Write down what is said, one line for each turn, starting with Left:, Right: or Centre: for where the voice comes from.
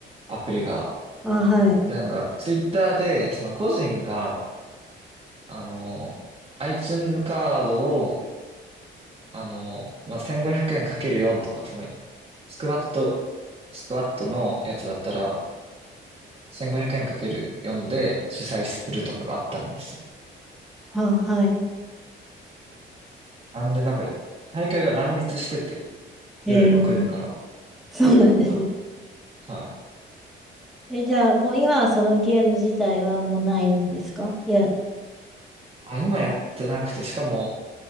Right: アプリが。
Centre: あ、はい。
Right: で、なんか、ツイッターで、その個人が、あの、iTunes カードを、あの、まあ、1500円かける4とか、その、スクワット、スクワットのやつだったら、1500円かける4で主催するとかがあったんですよ。
Centre: あ、はい。
Right: なんで、なんか、大会が乱立してて、
Centre: へえ、
Right: 夜6時から。
Centre: そうなんですね。
Right: はい。はい。
Centre: え、じゃあもう今はそのゲーム自体はもうないんですかいや、
Right: あ、今やってなくて、しかも、